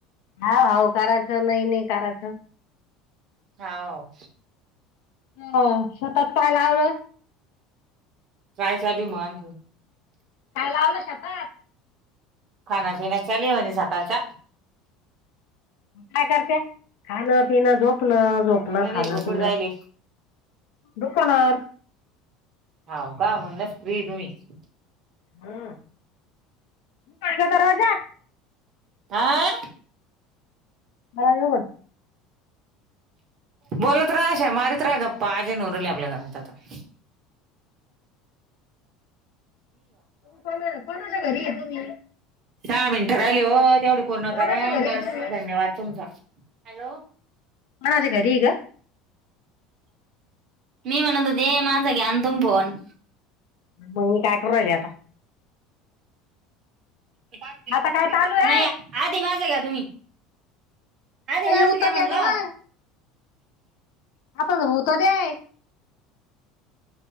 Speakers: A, on the left (about 60°); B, on the right (about 45°).
A: हा हाव करायचं नाही नाही करायचं
B: हवं
A: हो स्वताचत काय लावलं?
B: रायचा दिऊ मगत
A: काय लावलं शेतात
B: खाना पिना चालु आहे म्हणे सकाळ चा-
A: काय करत्या या खाण पिन झोप? पण झोपणं
B: गणेश
A: खाण
B: बोकुड
A: पिणं
B: जायले
A: दुकानांवर
B: होव का म्हणूनच फ्री तुम्ही-
A: ह पाळी दरवाजा <inaudible>
B: आं
A: मारज होकड.
B: बोलत रहा अशा मारीत रहा गप्पा आजेन उनवली आपल्या गावात आता. <inaudible> <inaudible>
A: कोणाच्या घरी आहे तुम्ही
B: सहा मिनिटं राहिले हो तेवढे पुर्ण
A: कोणाच्या
B: करा
A: घरी आहे
B: बस
A: तुम्ही
B: धन्यवाद तुमचा हॅलो-..
A: माझे घरी आहे -ग.
B: मी म्हणतं होते माझा घ्यान तुम्ही- फोन.
A: मग मी काय करू राहिले आता.
B: <unintelligible>
A: आता काय चालू आहे?
B: नाही आधी माझं घ्या तुम्ही- आधी
A: का
B: माझा
A: येवुत
B: घ्या म्हणलं
A: द्या ना व आताच होवु ते दे-